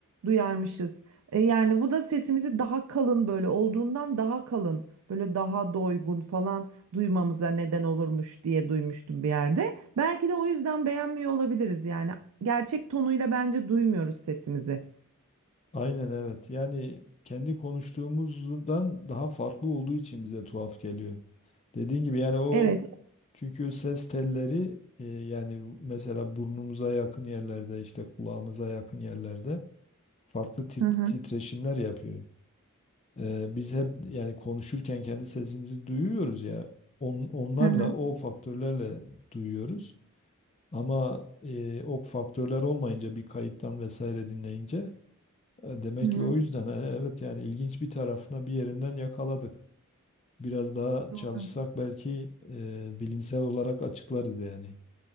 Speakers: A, on the right (about 80°); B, on the left (about 30°).
A: duyarmışız. E, yani bu da sesimizi daha kalın böyle olduğundan daha kalın böyle daha doygun falan duymamıza neden olurmuş diye duymuştum bir yerde. Belki de o yüzden beğenmiyor olabiliriz yani. Gerçek tonuyla bence duymuyoruz sesimizi.
B: Aynen evet. Yani kendi konuştuğumuzdan daha farklı olduğu için bize tuhaf geliyor. Dediğin gibi yani o
A: Evet.
B: çünkü ses telleri e, yani mesela burnumuza yakın yerlerde işte kulağımıza yakın yerlerde farklı tit-
A: Hı hı.
B: titreşimler yapıyor. E, biz hep yani konuşurken kendi sesimizi duyuyoruz ya on- onlarla
A: Hı hı.
B: o faktörlerle duyuyoruz. Ama e, o faktörler olmayınca bir kayıttan vesaire dinleyince e, Demek
A: Hı hı.
B: ki o yüzden e, evet yani ilginç bir tarafına bir yerinden yakaladık. Biraz daha
A: Doğru.
B: çalışsak belki e, bilimsel olarak açıklarız yani.